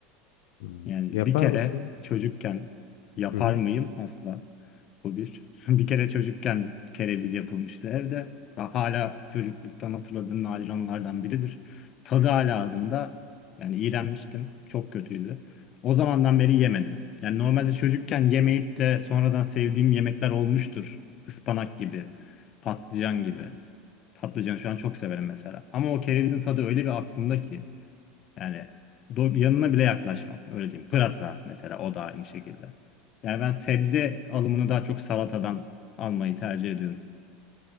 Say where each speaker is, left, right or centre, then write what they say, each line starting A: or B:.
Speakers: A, on the left; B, on the left.
A: Hmm.
B: Yani
A: Yapar
B: bir kere
A: mısın?
B: çocukken yapar
A: Hı hı.
B: mıyım asla. Bu bir. <laughs> Bir kere çocukken kereviz yapılmıştı evde. Ha- Hala çocukluktan hatırladığım nadir anılardan biridir. Tadı hala ağzımda. Yani iğrenmiştim. Çok kötüydü. O zamandan beri yemedim. Yani normalde çocukken yemeyip de sonradan sevdiğim yemekler olmuştur. Ispanak gibi, patlıcan gibi. Patlıcan şu an çok severim mesela. Ama o kerevizin tadı öyle bir aklımda ki. Yani do- yanına bile yaklaşmam. Öyle diyeyim. Pırasa mesela o da aynı şekilde. Yani ben sebze alımını daha çok salatadan almayı tercih ediyorum.